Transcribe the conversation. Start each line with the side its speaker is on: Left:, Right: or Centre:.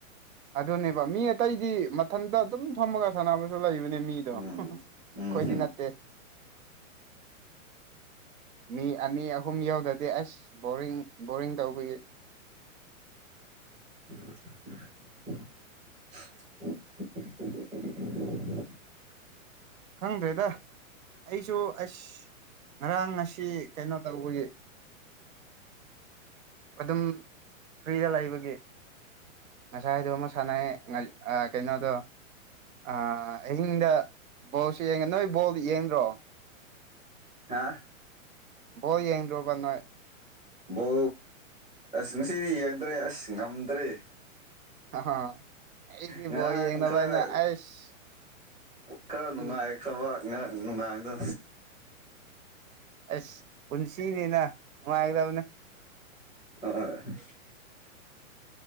Right: ꯑꯗꯨꯅꯦꯕ ꯃꯤ ꯑꯇꯩꯗꯤ ꯃꯊꯟꯗ ꯑꯗꯨꯝ ꯐꯝꯃꯒ ꯁꯥꯟꯅꯕꯁꯨ ꯂꯩꯕꯅꯦ ꯃꯤꯗꯣ
Centre: ꯎꯝ
Right: ꯑꯩꯈꯣꯏꯗꯤ
Centre: ꯎꯝ
Right: ꯇ ꯃꯤ ꯑꯅꯤ ꯑꯍꯨꯝ ꯌꯧꯗꯗꯤ ꯑꯁ ꯕꯣꯔꯤꯡ ꯕꯣꯔꯤꯡ ꯇꯧꯕꯒꯤ
Centre: <inaudible> <unintelligible>
Right: ꯈꯪꯗ꯭ꯔꯦꯗ ꯑꯩꯁꯨ ꯑꯁ ꯉꯔꯥꯡ ꯉꯁꯤ ꯀꯩꯅꯣ ꯇꯧꯕꯒꯤ ꯑꯗꯨꯝ ꯐ꯭ꯔꯤꯗ ꯂꯩꯕꯒꯤ ꯉꯁꯥꯏ ꯍꯥꯏꯗꯣ ꯑꯃ ꯁꯥꯟꯅꯩ ꯀꯩꯅꯣꯗꯣ ꯑ ꯑꯍꯤꯡꯗ ꯕꯣꯜꯁꯨ ꯌꯦꯡꯒꯦ ꯅꯣꯏ ꯕꯣꯜꯗꯨ ꯌꯦꯡꯗ꯭ꯔꯣ
Centre: ꯍꯥꯥ
Right: ꯕꯣ ꯌꯦꯡꯗꯣꯕ ꯅꯣꯏ
Centre: ꯕꯣ ꯑꯁ ꯉꯁꯤꯗꯤ ꯌꯦꯡꯗ꯭ꯔꯦ ꯑꯁ ꯉꯝꯗ꯭ꯔꯦ
Right: ꯑꯍ ꯑꯩꯗꯤ
Centre: ꯉꯔꯥꯡ
Right: ꯕꯣꯜ ꯌꯦꯡꯅꯕꯅ
Centre: ꯈꯔ
Right: ꯑꯩꯁ
Centre: ꯈꯔ ꯅꯨꯡꯉꯥꯏꯈ꯭ꯔꯕ
Right: ꯎꯝ
Centre: ꯉꯔꯥꯡ ꯅꯨꯡꯗꯥꯡꯗ
Right: ꯑꯁ ꯄꯨꯟꯁꯤꯅꯤꯅ ꯅꯨꯡꯉꯥꯏꯒꯗꯕꯅꯦ
Centre: ꯑ